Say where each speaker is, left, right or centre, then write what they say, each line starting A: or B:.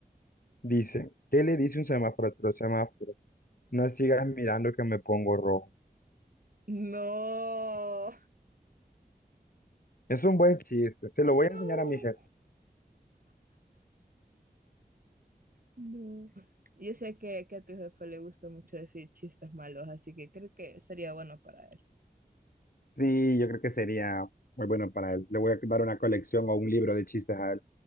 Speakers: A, on the left; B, on the right.
A: Dice, ¿qué le dice un semáforo a otro semáforo? No sigas mirando que me pongo rojo.
B: No,
A: Es un buen chiste, se
B: no,
A: lo voy a enseñar a mi jefe.
B: no. Yo sé que, que a tu jefe le gusta mucho decir chistes malos, así que creo que sería bueno para él.
A: Sí, yo creo que sería muy bueno para él. Le voy a dar una colección o un libro de chistes a él.